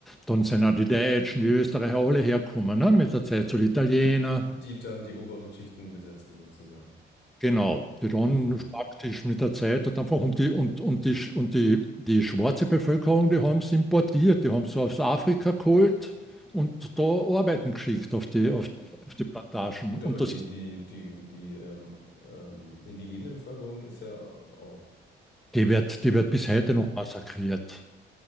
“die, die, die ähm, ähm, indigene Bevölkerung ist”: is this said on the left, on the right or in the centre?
Left